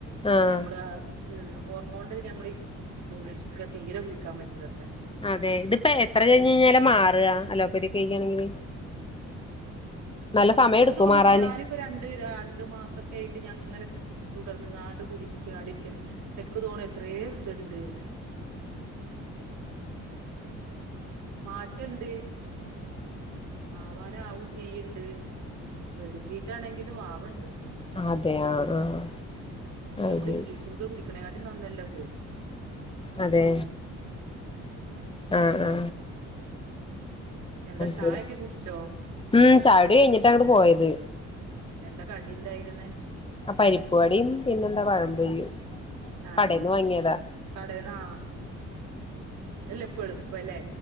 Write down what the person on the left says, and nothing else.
ആഹ്
അതെ ഇതിപ്പോ എത്ര കഴിഞ്ഞ് കഴിഞ്ഞാല മാറുക അലോപ്പതിെ കഴിക്കുകയാണെങ്കില് നല്ല സമയം
എടുക്കുവോ
മാറാന്
അതെ ആ ആഹ്
അത് ശരി
അതെ ആ ആ
ശരി
ഉം ചായുടി
കഴിഞ്ഞിട്ടാ അങ്ങട് പോയത്
ആ പരിപ്പുവടിം പിന്നെന്താ പഴംപൊരിയും
കടേന്ന് വാങ്ങിയതാ